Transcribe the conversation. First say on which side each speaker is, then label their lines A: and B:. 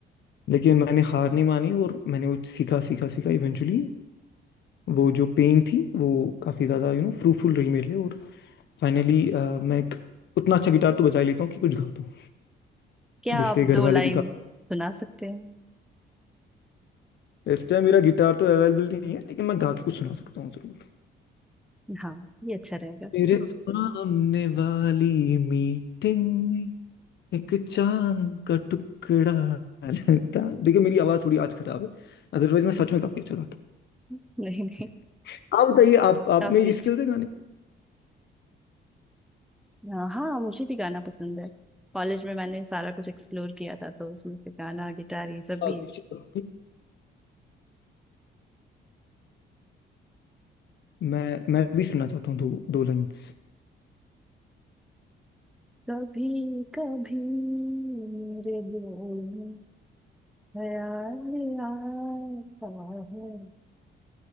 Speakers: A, on the left (about 60°); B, in the centre.
A: लेकिन मैंने हार नहीं मानी और मैंने वो सीखा सीखा सीखा इवेंचुअली वो जो पेन थी वो काफ़ी ज़्यादा यू नो फ्रूटफुल रही मेरे लिए और फाइनली मैं एक उतना अच्छा गिटार तो बजा ही लेता हूँ कि कुछ गा पाऊँ
B: क्या
A: जिससे
B: आप दो
A: घर
B: लाइन
A: वाले भी गा
B: सुना सकते हैं
A: इस टाइम मेरा गिटार तो अवेलेबल नहीं है लेकिन मैं गा के कुछ सुना सकता हूँ ज़रूर
B: हाँ ये अच्छा रहेगा
A: मेरे सामने वाली मीटिंग एक चांद का टुकड़ा रहता देखिए मेरी आवाज थोड़ी आज खराब है अदरवाइज मैं सच में काफी अच्छा गाता हूँ
B: <laughs> नहीं नहीं
A: <laughs> आप बताइए आप आप
B: काफी
A: में ये
B: अच्छा
A: स्किल्स है गाने
B: हाँ हाँ, मुझे भी गाना पसंद है कॉलेज में मैंने सारा कुछ एक्सप्लोर किया था तो उसमें से गाना गिटार ये सब
A: की?
B: भी
A: आप
B: है
A: निश्चित- मैं मैं भी सुनना चाहता हूँ दो दो लाइंस
B: कभी कभी मेरे दिल में ख्याल आता है